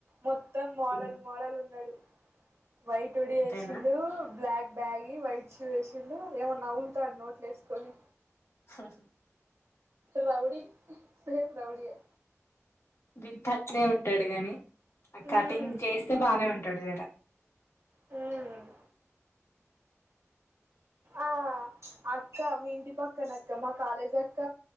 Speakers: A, on the right (about 70°); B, on the left (about 60°).
A: మొత్తం మోడల్
B: ఉమ్,
A: మోడల్ ఉన్నాడు వైట్ ఉడిసి
B: అంతేనా
A: బ్లక్ బ్యాగి వైట్ వేసింలు ఏమన్నా న్లుతాను నోట్లు వేసుకొని
B: హహ
A: రౌడీ సేమ్ రౌడీయే
B: దింతక్నే ఉంటాడు గాని కటింగ్
A: మ్మ్
B: చేస్తే బానే ఉంటాడు జర్ర
A: మ్మ్ ఆ అక్క మీ ఇంటి పక్కన అక్క, మా కాలేజ్ అక్క,